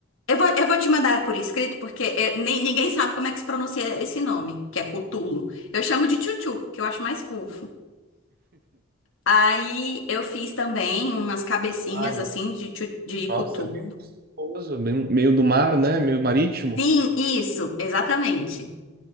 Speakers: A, on the left; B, on the right.
A: Eu vou, eu vou te mandar por escrito, porque é, nem- ninguém sabe como é que se pronuncia esse nome, que é Cthulhu. Eu chamo de Tchutchuco, que eu acho mais fofo. Aí eu fiz também umas cabecinhas
B: Ah, eu-
A: assim de, tchu- de cutulo.
B: nossa, é bem gostoso, bem- meio do mar, né? Meio marítimo.
A: Sim, isso, exatamente.